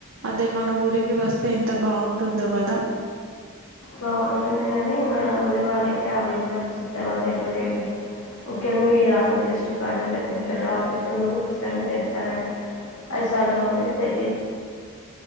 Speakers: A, on the right; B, on the left.
A: అద మన ఊరికి వస్తే ఎంత బాగుంటుందో కదా
B: బో వెల్ గాని కాని మన ఊరి వాళ్ళ రా ఆ వివరాలు చెప్పే వాళ్ళు ఎవరు లేరు కదా ముఖ్యంగా ఈ ఆరోగ్యశ్రీ కార్డు ఉంటే పెద్ద పెద్ద ఆఫీసులు కూడా ఉచితంగా చేస్తారంట అది చాలా మందికి తెలిదు